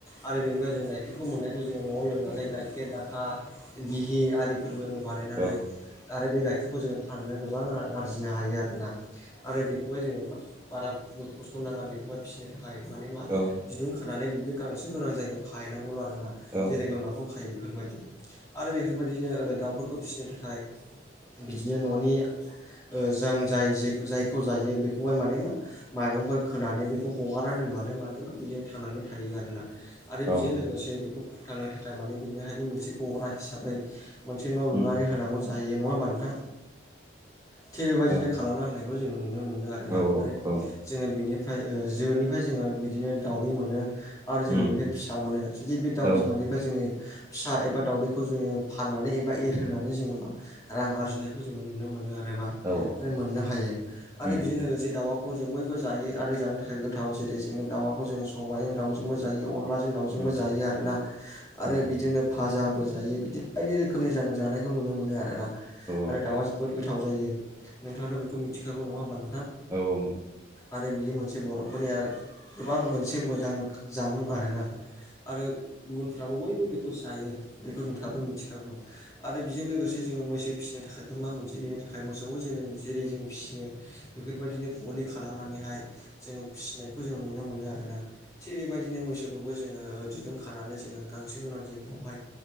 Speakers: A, on the left; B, on the right.
A: आरो बेनिफ्राय जों गाइ बेखौ मोननायखौ जोङो न'आव लोंनानै
B: उम
A: गाइखेर दाखा गिहि आरिफोर जोङो बानायनानै
B: औ
A: आरो बे गाइखेरखौ जोङो फाननो गोबां रां आरजिनो हायो आरोना। आरो बेखौहाय जोङो बारा खस्थ' नाङा बेखौहाय फिसि माने मा
B: औ
A: दिरुं खानानै बिदिनो गांसो गोनां जायगायाव खाहैनांगौल' आरो ना
B: औ
A: जेरै बोरमाखौ खायो बेफोरबायदि आरो बेफोरबायदिनो दाउफोरखौ फिसिनो थाखाय बिदिनो न'नि जों जाय जे जायखौ जायो बेखौहाय माने मा माइरंफोर होनानै बेखौ हगारना दोनबानो माने मा बियो थानानै थायो आरोना। आरो बेजों
B: औ
A: लोगोसे बेखौ फोथांनो थाखाय माने बेनिहायबो मोनसे गग्रा हिसाबै मोनसे न' लुनानै
B: उम
A: होनांगौ जाहैयो नङा होमबाथ नोंथां थिग बेबायदिनो
B: औ
A: खालामना होनायखौ जोङो नुनो मोनो आरो। आरोना
B: औ
A: आरो
B: औ
A: जोङो बेनिफ्राय जोनिफ्राय जोङो बिदिनो दावउदै मोनो आरो जों
B: उम
A: बेनिफ्राय फिसा मोनो जुदि बे दाउ
B: औ
A: बिमानि बा जोङो फिसा एबा दावउदैखौ जोङो फाननानै एबा एरहोनानै जोङो मा रां आरजिनायखौ जोङो नुनो मोनो आरोबा
B: औ
A: आरो मोननो हायो आरो
B: उम
A: बेजों लोगोसे दाबाखौ जों बयबो जायो आरो जानो थाखाय आखाइ गोथाव जेरै, जोङो दाउखौ जोङो सबाजजों दाउजोंबो जायो, अनलाजों दाउजोंबो
B: उम
A: जायो आरो ना। आरो
B: औ उम औ उम औ
A: बिदिनो फाजाबो जायो बिदि बायदि रोखोमनि जों जानायखौ नुनो मोनो आरोना। आरो
B: औ
A: दाउआ जोबोद गोथाव जायो नोंथाङाथ' बेखौ मिथिखागौ नङा होमबा नोंथाङा?
B: औ औ
A: आरो बियो मोनसे बर'फोरनिया गोबां मोनसे मोजां जामुं आरोना। आरो गुबुनफ्राबो बयबो बेखौ जायो बेखौ नोंथाबो मिथिखागौ आरो बेजों लोगोसे जोङो मैसो फिसिनो थाखायबो मा मोनसे बेनि थाखाय मोसौखौ जों जेरै जों फिसियो बेफोरबायदिनो गलि खालामनानैहाय जोङो फिसिनायखौ जोङो नुनो मोनो आरोना। थिग बेबायदिनो मैसोखौ बो जोङो दिदुं खानानै जोङो गांसो गोनां जायगायावहाय